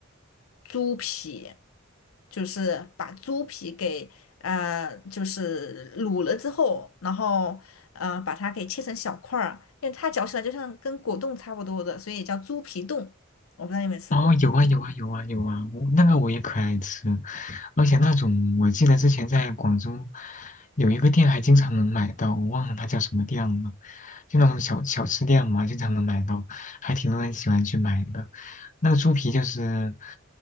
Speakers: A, on the left; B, on the left.
A: 猪皮，就是把猪皮给呃，就是卤了之后，然后呃把它给切成小块儿，因为它嚼起来就像跟果冻差不多的，所以也叫猪皮冻。我不知道你有没有吃过。
B: 哦，有啊有啊有啊有啊，我那个我也可爱吃，而且那种我记得之前在广州有一个店还经常能买到，我忘了它叫什么店了，就那种小小吃店嘛，经常能买到，还挺多人喜欢去买的。那个猪皮就是